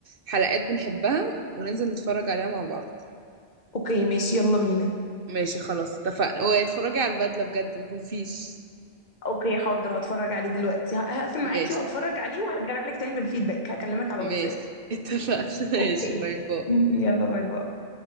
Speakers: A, on the right; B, on the left.
A: حلقات بنحبها وننزل نتفرج عليها مع بعض
B: اوكي ماشي يلا بينا
A: ماشي خلاص اتفقنا واتفرجي على البدلة بجد ما تنسيش
B: اوكي حاضر هتفرج عليه دلوقتي ه- هقفل
A: ماشي
B: معاكي واتفرج عليه وهرجع لك تاني بالفيدباك هكلمك على
A: ماشي
B: الواتساب
A: اتفقنا <laughs> ماشي
B: اوكي
A: باي باي
B: <laughs> يلا باي باي